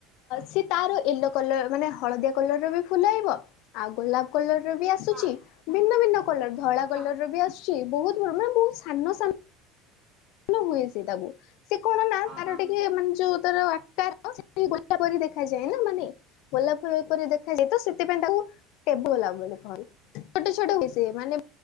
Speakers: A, on the left; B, on the right.
A: ସିଏ ତାର ୟେଲୋ କଲର ମାନେ ହଳଦିଆ କଲର ର ବି ଫୁଲ ଆଇବ ଆଉ ଗୋଲାପ କଲର ବି ଆସୁଛି
B: ହଁ
A: ଭିନ୍ନ ଭିନ୍ନ କଲର ଧଳା
B: ହଁ
A: କଲର ବି ଆସୁଛି, ବହୁତ ମାନେ ବହୁତ ସାନ ସ ହୁଏ ସେ ତାକୁ ସେ କଣ ନା
B: ଅ
A: ତାର
B: ହଁ
A: ଟିକେ
B: ହଁ
A: ମାନେ ଯୋଉ ତାର ଆକାର ଗୋଲାପରି ଦେଖାଯାଏ, ନା ମାନେ ଗୋଲାପ ଫୁଲ ପ ଦେଖାଯାଏ ତ ସେଥିପାଇଁ ତାକୁ ଟେବ ଲବ ଛଟ ଛୋଟ ମିଶି ମାନେ